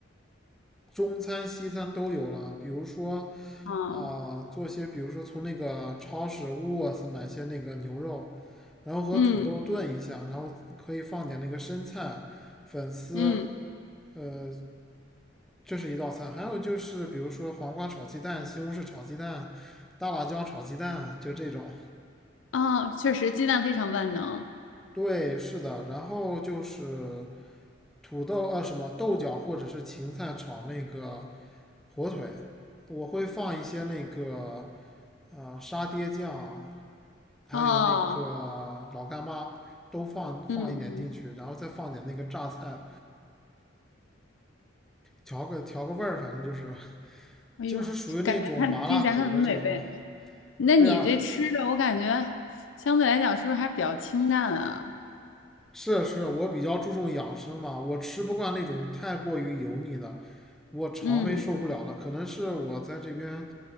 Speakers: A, in the centre; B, on the left.
A: 中餐西餐都有了，比如说
B: 啊，
A: 啊、做些比如说从那个超市 w o 买些那个牛肉，然后和土豆炖一下，
B: 嗯
A: 然后可以放点那个生菜、粉丝，
B: 嗯，
A: 呃，这是一道菜。还有就是比如说黄瓜炒鸡蛋、西红柿炒鸡蛋、大辣椒炒鸡蛋，就这种。
B: 啊，确实鸡蛋非常万能。
A: 对，是的，然后就是。土豆呃啊什么豆角或者是芹菜炒那个火腿，我会放一些那个呃沙爹酱，还有那个老干妈都放放一点进去，
B: 哦，嗯嗯，
A: 然后再放点那个榨菜，调个调个味儿，反正就是
B: 哎呦，
A: 就是属于那种麻辣口的这种。
B: 感觉看听起来很美味。那你这吃的，
A: 对啊，
B: 我感觉相对来讲是不是还比较清淡啊？
A: 是是，我比较注重养生嘛，我吃不惯那种太过于油腻的，我肠胃受不了了，
B: 嗯
A: 可能是我在这边。